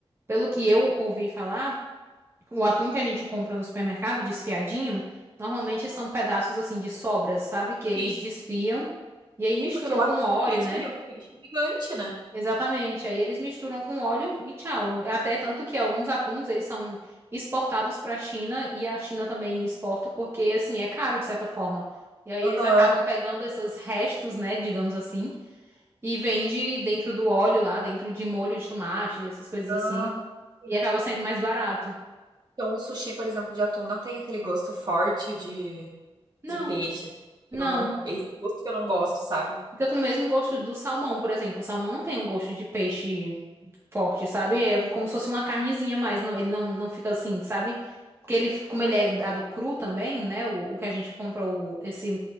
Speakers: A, on the right (about 25°); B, on the right (about 45°).
A: pelo que eu ouvi falar, O atum que a gente compra no supermercado, desfiadinho, normalmente são pedaços assim de sobras, sabe? Que eles
B: Sim.
A: desfiam e aí misturam
B: Sim, porque o
A: com
B: atum
A: óleo,
B: mesmo,
A: né?
B: ele é um peixe gigante, né?
A: Exatamente. Aí eles misturam com óleo e tchau. Até tanto que alguns atuns eles são exportados para a China e a China também exporta porque assim é caro de certa forma. E aí
B: Aham.
A: eles acabam pegando esses restos, né, digamos assim, e vende dentro do óleo lá, dentro de molho de tomate, essas coisas
B: Ah,
A: assim,
B: sim.
A: e acaba saindo mais barato.
B: Então, o sushi, por exemplo, de atum não tem aquele gosto forte de,
A: Não,
B: de peixe. que
A: não.
B: Eu não, esse gosto que eu não gosto, sabe?
A: Fica com o mesmo gosto do salmão, por exemplo. O salmão não tem um gosto de peixe forte, sabe? É como se fosse uma carnezinha, mas não, ele não, não fica assim, sabe? Porque ele, como ele é dado cru também, né? O, o que a gente compra, o, esse,